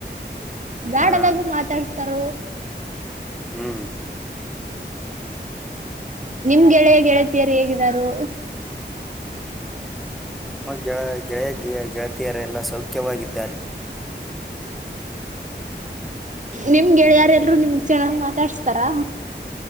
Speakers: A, on the right; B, in the centre.
A: ಬ್ಯಾಡದಾಗು
B: ಹಾ
A: ಮಾತಾಡ್ಸ್ತಾರ
B: ಹ್ಮ್
A: ನಿಮ್ ಗೆಳೆಯ ಗೆಳತಿಯಾರ ಹೇಗಾರು
B: ಗೆಳ ಗೆಳೆಯ ಗೆಳತಿಯರೆ ಎಲ್ಲಾ ಸೌಖ್ಯವಾಗಿದ್ದಾರೆ
A: ನಿಮ್ ಗೆಳೆಯಾರೆ ಎಲ್ಲರು ನಿಮ್ಗ್ ಚೆನ್ನಾಗ್ ಮಾತಾಡ್ಸ್ತಾರಾ